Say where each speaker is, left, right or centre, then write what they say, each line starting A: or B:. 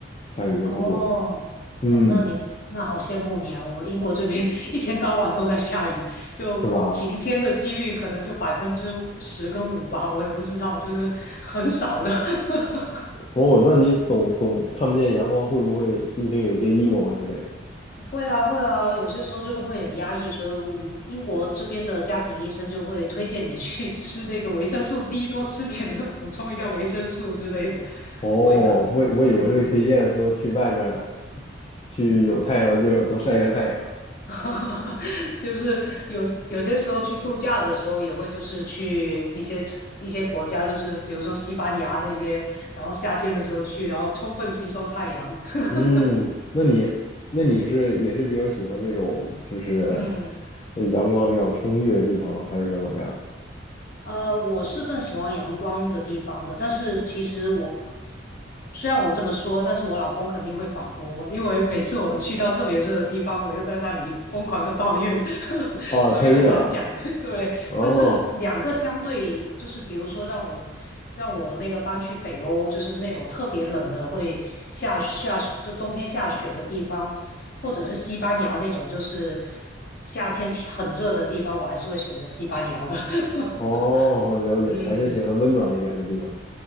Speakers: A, on the left; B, on the left.
A: 下雨的不多，
B: 哦哦，
A: 嗯，
B: 那你那好羡慕你啊！我英国这边 <laughs> 一天到晚都在下雨，就晴天的几率可能就百分之十跟五吧，
A: 是吧？
B: 我也不知道，就是很少的。<laughs>
A: 哦，那你总总看不见阳光，会不会心情有一些 emo 啊之类的？
B: 会啊，会啊，有些时候就会很压抑，所以我们英国这边的家庭医生就会推荐你去 <laughs> 吃那个维生素 D，多吃点，<laughs> 补充一下维生素之类的。
A: 哦，
B: 会的，
A: 我我以为会推荐说去外面儿
B: 嗯，
A: 去有太阳的地方多晒晒太阳。
B: <laughs> 就是有有些时候去度假的时候，也会就是去一些一些国家，就是比如说西班牙那些，然后夏天的时候去，然后充分吸收太阳。<laughs>
A: 嗯，那你那你是也是比较喜欢这种就是
B: 嗯。
A: 呃阳光比较充裕的地方了，还是说怎么样？
B: 呃，我是更喜欢阳光的地方的，但是其实我虽然我这么说，但是我老公肯定会反驳我，因为每次我们去到特别热的地方，我又在那里疯狂的抱怨，<laughs>
A: 哦，
B: 所以很难讲。
A: 太热了。
B: <laughs> 对，
A: 哦
B: 但是两个相对，就是比如说让我让我那个搬去北欧，就是那种特别冷的，会下下就冬天下雪的地方，或者是西班牙那种，就是夏天挺很热的地方，我还是会选择西班牙的。
A: 哦，
B: <laughs>
A: 了解，
B: 嗯，
A: 还是喜欢温暖一点的地方。